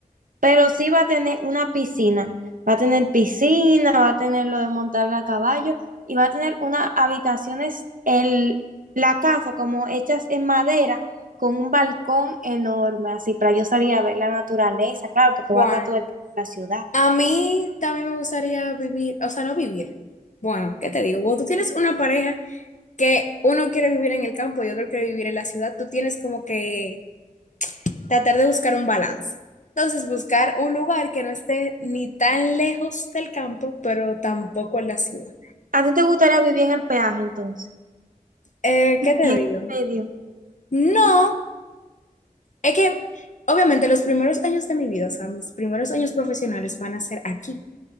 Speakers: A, on the right; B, on the left.
A: pero sí va a tener una piscina. Va a tener piscina, va a tener lo de montar a caballo y va a tener unas habitaciones, el, la casa como hechas en madera con un balcón enorme, así para yo salir a ver la naturaleza, claro, porque
B: Bueno,
A: va a estar toda el- la ciudad.
B: a mí también me gustaría vivir, o sea, no vivir. Bueno, ¿qué te digo? Cuando tú tienes una pareja que uno quiere vivir en el campo y otro quiere vivir en la ciudad, tú tienes como que tratar de buscar un balance. Entonces, buscar un lugar que no esté ni tan lejos del campo, pero tampoco en la ciudad.
A: ¿A ti te gustaría vivir en el peaje entonces?
B: Eh, ¿qué te
A: En
B: digo?
A: medio. O
B: No, es que obviamente los primeros años de mi vida, o sea, mis primeros años profesionales van a ser aquí,